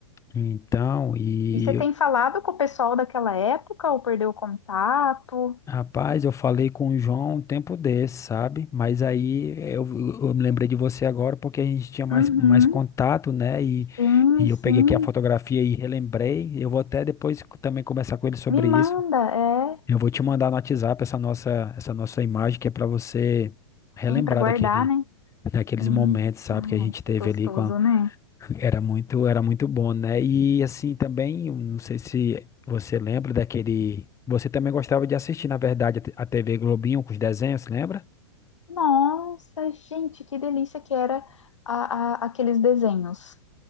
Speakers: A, on the left (about 20°); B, on the left (about 85°).
A: Então, e
B: E você tem falado com o pessoal daquela época ou perdeu o contato?
A: rapaz, eu falei com o João um tempo desse, sabe? Mas aí eu, eu me lembrei de você agora porque a gente tinha mais,
B: Uhum.
A: mais contato, né? E,
B: Sim,
A: e
B: sim.
A: eu peguei aqui a fotografia e relembrei. Eu vou até depois também conversar com ele sobre
B: Me
A: isso.
B: manda, é.
A: Eu vou te mandar no WhatsApp essa nossa, essa nossa imagem que é para você relembrar
B: Sim, para guardar,
A: daquele,
B: né?
A: daqueles
B: Sim.
A: momentos, sabe?
B: Ai,
A: Que a gente teve
B: que gostoso,
A: ali com a,
B: né?
A: Era muito, era muito bom, né? E assim também, eu não sei se você lembra daquele. Você também gostava de assistir, na verdade, a T- a TV Globinho com os desenhos, lembra?
B: Nossa, gente, que delícia que era a- a- aqueles desenhos.